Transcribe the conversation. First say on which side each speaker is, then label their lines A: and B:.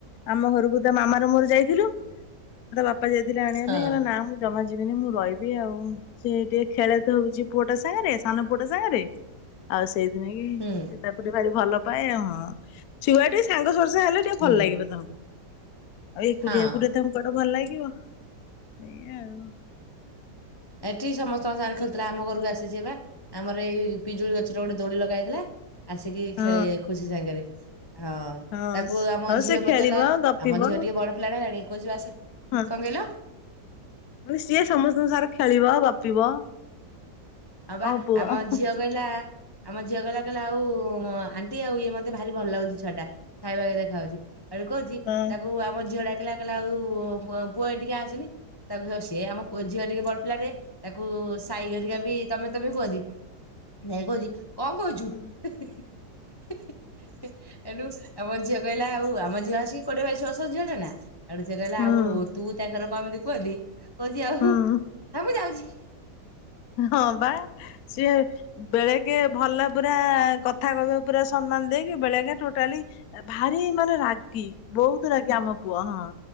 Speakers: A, on the left; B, on the left.
A: ଆମ ଘରକୁ ତା ମାମା ର ମୋରେ ଯାଇଥିଲୁ। ତା ବାପା ଯାଇଥିଲେ ଆଣିବା
B: ହଁ
A: ପାଇଁ କଇଲା ନାଁ ମୁଁ ଜମା ଯିବିନି ମୁଁ ରଇବି ଆଉ ସେ ଟିଏ ଖେଳେ ତ ହେଉଚି ପୁଅଟା ସାଙ୍ଗରେ ସାନ ପୁଅଟା ସାଙ୍ଗରେ। ଆଉ ସେଇଥିନାଗି ସେ
B: ହୁଁ
A: ତାକୁ ଟିକେ ଭାରି ଭଲ ପାଏ ହଁ ଆଉ ଛୁଆଟି ସାଙ୍ଗ ସୋର୍ସା ହେଲେ ଟିକେ
B: ହୁଁ
A: ଭଲ ଲାଗିବ ତାଙ୍କୁ। ଆଉ ଏକୁଟିଆ
B: ହଁ
A: ଏକୁଟିଆ ତାଙ୍କୁ କୁଆଡ଼େ ଭଲ୍ ଲାଗିବ ଏଇଆ ଆଉ।
B: ଏଠି ସମସ୍ତଙ୍କ ସାଙ୍ଗରେ ଖେଳୁଥିଲା ଆମ ଘରକୁ ଆସିଚି ଏବେ। ଆମର ଏଇ ପିଜୁଳି ଗଛରେ ଗୋଟେ ଦୋଳି ଲଗା ହେଇଥିଲା ଆସିକି
A: ଆଉ
B: ଖେଳେ ଖୁସି ସାଙ୍ଗରେ। ହ
A: ହଁ ହଁ।
B: ତାକୁ ଆମ
A: ହଉ
B: ଝିଅ
A: ସେ ଖେଳିବ
B: ପଚାରିଲା
A: ଗପିବ
B: ଆମ ଝିଅ ଟିକେ ବଡ଼ ପିଲାଟା ହେଲାଣି କଉଚି ଆସ
A: ହଁ
B: କଣ କହିଲ?
A: ସିଏ ସମସ୍ତଙ୍କ ସାଙ୍ଗ ରେ ଖେଳିବ ଗପିବ।
B: ହଁ ବା
A: ଆମ ପୁଅ
B: ଆମର
A: ହଁ
B: ଝିଅ କହିଲା ଆମ ଝିଅ କହିଲା କହିଲା ଆଉ ଆଣ୍ଟି ଆଉ ଇଏ ମତେ ଭାରି ଭଲ ଲାଗୁଛି ଛୁଆଟା। ସାଇ <unintelligible> ଦେଖା ହଉଛି ହେଟୁ କହୁଛି
A: ହଁ।
B: ତାକୁ ଆମ ଝିଅ ଡାକିଲା କହିଲା ଆଉ ପୁଅ ପୁଅ ଏଠିକି ଆସେନି ତାକୁ ସିଏ ଆମ ପୁଅ ଝିଅ ଟିକେ ବଡ ପିଲାଟେ ହେ ତାକୁ ସାଇ ହାରିକା
A: ହୁଁ।
B: ବି ତମେ ତମେ କୁହନ୍ତି ଯାଇକି କହୁଛି କଣ କହୁଛୁ
A: ହୁଁ
B: ହେ ହେ ହେ ହେଟୁ ଆମ ଝିଅ କହିଲା ଆଉ ଆମ ଝିଅ ଆସିକି କୋଡିଏ ବାଇଶି ବର୍ଷ ର ଝିଅ ଟେ ନା। ହେଟୁ ସେ କଇଲା
A: ହୁଁ
B: ଆଉ ତୁ ତାକର କ ଏମିତି କୁହନ୍ତି କହୁଛି ଆଉ
A: ହୁଁ
B: ହେ ମୁଁ ଯାଉଛି।
A: ହଁ ବା ସିଏ ବେଳେକେ ଭଲ ପୁରା କ କଥା କହିବ ପୁରା ସମ୍ମାନ ଦେଇକି, ବେଳେକେ ଟୋଟାଲି ଭାରି ମାନେ ରା ଗି ବହୁତ ରାଗି ଆମ ପୁଅ ହଁ,